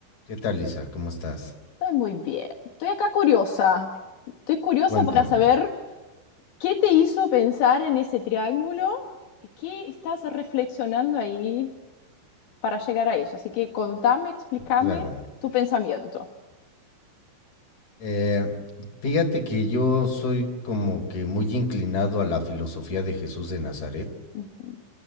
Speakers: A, on the left (about 40°); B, on the left (about 75°).
A: ¿Qué tal, Lisa? ¿Cómo estás?
B: Estoy muy bien. Estoy acá curiosa. Estoy curiosa
A: Cuéntame.
B: para saber qué te hizo pensar en ese triángulo y qué estás reflexionando ahí para llegar a eso. Así que contame, explícame
A: Claro.
B: tu pensamiento.
A: Eh, fíjate que yo soy como que muy inclinado a la filosofía de Jesús de Nazaret.
B: Ujú,